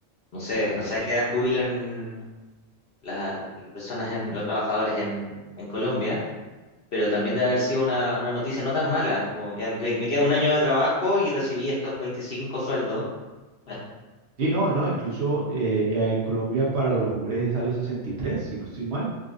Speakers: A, on the left; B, on the right.
A: no sé, no sé a qué edad jubilan las personas, en, los trabajadores en, en Colombia, pero también debe haber sido una, una noticia no tan mala, como ya me, me queda un año de trabajo y recibí estos veinticinco sueldos. <laughs>
B: Sí, no, no, incluso eh, eh, en Colombia para los hombres es a los 63 si no estoy mal,